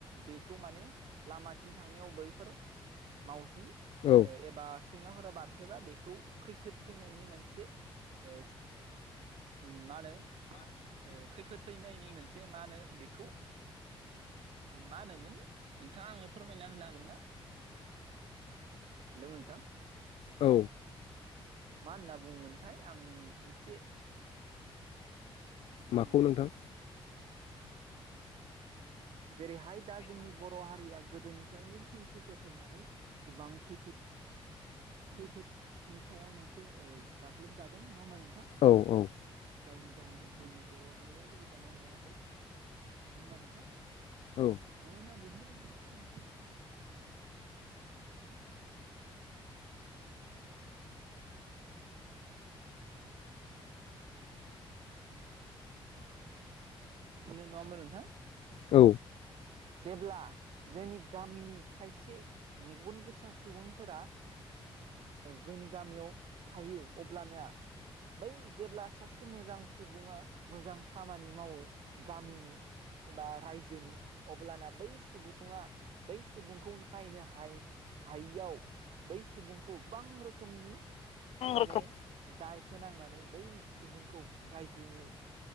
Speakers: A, on the right; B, on the left.
A: बेखौ माने लामाथिं थांनायाव बैफोर मावजि
B: औ ओ
A: एबा सैमाफोरा बारथेबा बेखौ खैफोद फैनायनि मोनसे ओ उम मा होनो खैफोद फैनायनि मोनसे मा होनो बेखौ मा होनोमोन नोंथाङा आंनो फोरमायना होनो हागोन ना हेल' नोंथां
B: औ
A: मा होना बुङोमोनथाय आं एसे उम
B: माखौ नोंथां
A: जेरैहाय दा जोंनि बर' हारिया गोदोनिफ्रायनो खोमसि फोथायनानै गोबां खैफोद खैफोदनि सायाव मोनसे गाग्लोबजादों नङा होमबा नोंथां
B: औ औ
A: जायनि जाहोनाव जोंनि बर' हारिया जौगानो हायाखै नङा होमबा नोंथां
B: औ
A: मानोना बेफोरबायदि खोमसि फोथायनि जाहोनाव खायसेया खायसेखौ माने बुदलाय सुदलाय खालामनानै जोंनि बर' हारिया मोजां मोजां सुबुंफोरखौ बुथारनानै बुथारनायखौ जों नुनो मोनो नङा होनबा नोंथां
B: औ
A: जेब्ला जोंनि गामिनि खायसे मेगन गोसा सुबुंफोरा जोंनि गामियाव थायो अब्लाना बै जेब्ला सासे मोजां सुबुङा मोजां खामानि मावो गामिनि बा रायजोनि अब्लाना बै सुबुङा बै सुबुंखौनो नायनो हाय हायियाव बै सुबुंखौ गोबां रोखोमनि माने
B: रोखोम
A: दाय फोनांनानै बै सुबुंखौ रायजोनि